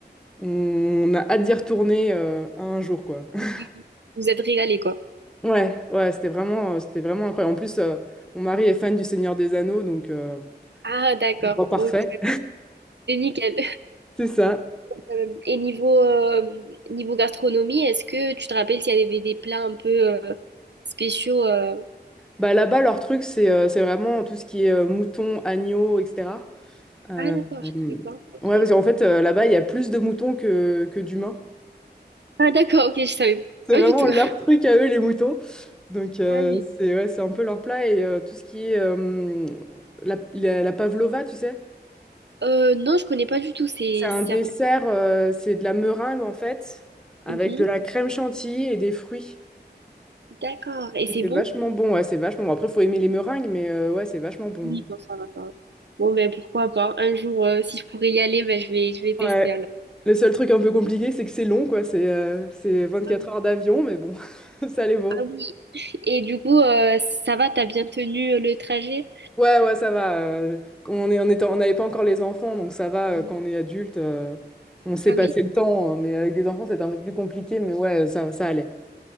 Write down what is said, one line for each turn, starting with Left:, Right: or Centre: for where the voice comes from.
Centre: On a hâte d'y retourner euh, un jour, quoi. <laughs>
Right: oui, oui. Vous êtes régalés, quoi.
Centre: Ouais, ouais, c'était vraiment, euh, c'était vraiment incroyable. En plus, euh, mon mari est fan du Seigneur des Anneaux, donc euh,
Right: Ah d'accord,
Centre: bon, parfait.
Right: ok. C'est nickel.
Centre: <laughs> C'est ça.
Right: Euh, et niveau, euh, niveau gastronomie, est-ce que tu te rappelles s'il y avait des plats un peu euh, spéciaux euh,
Centre: Bah, là-bas, leur truc, c'est euh, c'est vraiment tout ce qui est euh, moutons, agneaux, etc. Euh,
Right: Ah d'accord,
Centre: euh,
Right: je savais pas. Ok.
Centre: ouais, parce qu'en fait, euh, là-bas, il y a plus de moutons que, que d'humains.
Right: Ah d'accord, ok, je savais
Centre: C'est
Right: pas
Centre: vraiment
Right: du tout. <laughs>
Centre: leur truc à eux, les moutons. Donc, euh,
Right: Ah oui.
Centre: c'est ouais, c'est un peu leur plat. Et euh, tout ce qui est euh, la, la, la pavlova, tu sais?
Right: Euh, non, je connais pas du tout. C'est
Centre: C'est un dessert,
Right: c'est à côté.
Centre: euh, c'est de la meringue en fait, avec
Right: Mhm.
Centre: de la crème chantilly et des fruits.
Right: D'accord. Et c'est
Centre: Et c'est
Right: bon?
Centre: vachement bon, ouais, c'est vachement bon. Après, faut aimer les meringues, mais euh, ouais, c'est vachement bon.
Right: Oui, bon, ça va, ça va. Bon, ben pourquoi pas. Un jour, euh, si je pourrais y aller, ben, je vais, je vais tester
Centre: Ouais.
Right: alors.
Centre: Le seul truc un peu compliqué, c'est que c'est long, quoi. C'est euh, c'est 24
Right: Ah oui.
Centre: heures d'avion, mais bon, <laughs> ça les vaut.
Right: Ah oui. <laughs> Et du coup, euh, ça va, t'as bien tenu euh, le trajet?
Centre: Ouais, ouais, ça va. euh, on est, on est- on n'avait pas encore les enfants, donc ça va.
Right: Ah
Centre: euh,
Right: oui.
Centre: quand on est adulte, euh, on sait
Right: Ah
Centre: passer
Right: oui.
Centre: le temps, euh, mais avec des enfants, c'est un peu plus compliqué, mais ouais, ça, ça allait.